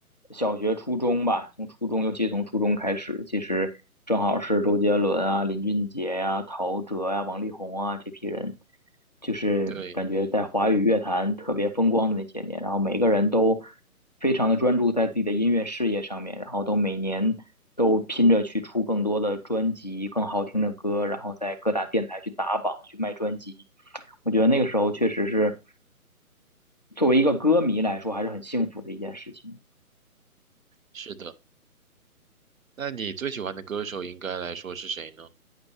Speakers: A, on the left; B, on the right.
A: 小学、初中吧，从初中，尤其从初中开始，其实正好是周杰伦啊、林俊杰呀、陶喆呀、王力宏啊这批人。就是感觉在华语乐坛特别风光的那些年，
B: 对，
A: 然后每个人都非常的专注在自己的音乐事业上面，然后都每年都拼着去出更多的专辑、更好听的歌，然后在各大电台去打榜、去卖专辑。我觉得那个时候确实是作为一个歌迷来说，还是很幸福的一件事情。
B: 是的。那你最喜欢的歌手应该来说是谁呢？